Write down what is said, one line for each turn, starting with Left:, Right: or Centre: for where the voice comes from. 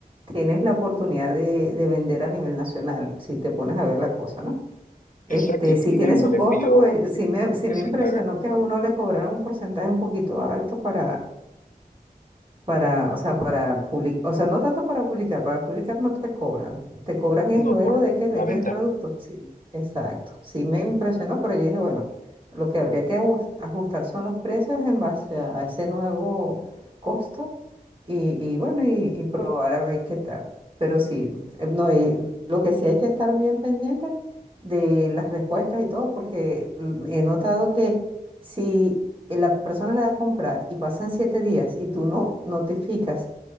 Right: tienes la oportunidad de, de vender a nivel nacional, si te pones a ver la cosa, ¿no? Este,
Left: Exacto, y
Right: si
Left: tienen
Right: tiene su
Left: el
Right: costo,
Left: envío
Right: pues sí me, sí
Left: que
Right: me
Left: se
Right: impresionó
Left: encarga,
Right: que a uno le cobraran un porcentaje un poquito alto para, para, o sea, para publicar, o sea, no tanto para publicar, para publicar no te cobran, te cobran es
Left: no
Right: luego
Left: por
Right: de que
Left: la
Right: vendes
Left: venta.
Right: el producto. Sí, exacto. Sí me impresionó, pero yo dije, bueno, lo que habría que ajus- ajustar son los precios en base a, a ese nuevo costo y, y bueno, y, y probar a ver qué tal. Pero sí, eh, no, y lo que sí hay que estar bien pendiente de las respuestas y todo, porque mm, he notado que si y la persona le da a comprar y pasan siete días y tú no notificas